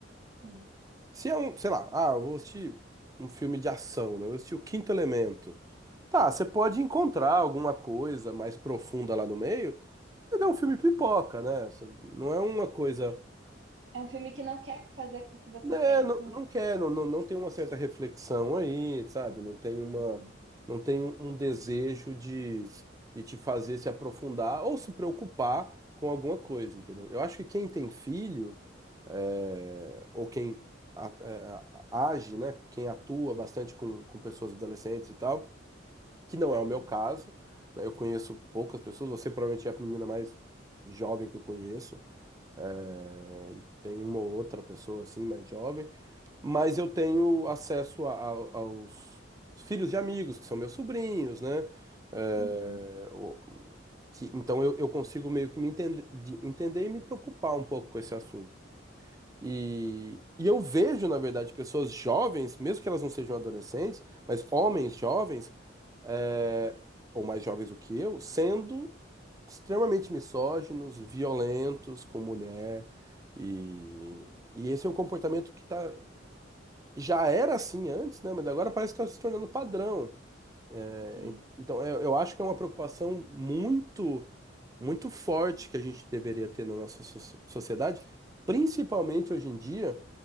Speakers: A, on the right; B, on the right.
A: sim.
B: Se é um, sei lá, ah, eu vou assistir um filme de ação, né? Eu vou assistir O Quinto Elemento. Tá, você pode encontrar alguma coisa mais profunda lá no meio, mas é um filme pipoca, né? Você- Não é uma coisa
A: É um filme que não quer fazer com que você
B: Né,
A: pense
B: não, não
A: naquilo.
B: quer, não, não, não tem uma certa reflexão aí, sabe? Não tem uma,
A: Uhum,
B: não tem um desejo de, de te fazer se aprofundar ou se preocupar com alguma coisa, entendeu? Eu acho que quem tem filho, é, ou quem a- é, a- age, né? Quem atua bastante com, com pessoas adolescentes e tal, que não é o meu
A: uhum,
B: caso, né? Eu conheço poucas pessoas, você provavelmente é a menina mais jovem que eu conheço, é, e tem uma ou outra pessoa assim mais jovem mas eu tenho acesso a- a- aos filhos de amigos, que são meus sobrinhos, né? É,
A: uhum,
B: o- que- então eu, eu consigo meio que me entender, de- entender e me preocupar um pouco com esse assunto. E, e eu vejo, na verdade, pessoas jovens, mesmo que elas não sejam adolescentes, mas homens jovens, é, ou mais jovens do que eu, sendo extremamente misóginos, violentos com mulher. E,
A: uhum.
B: e esse é um comportamento que tá já era assim antes, né? Mas agora parece que está se tornando padrão. É,
A: Sim.
B: Então, eu, eu acho que é uma preocupação muito, muito forte que a gente deveria ter na nossa so- sociedade, principalmente hoje em dia,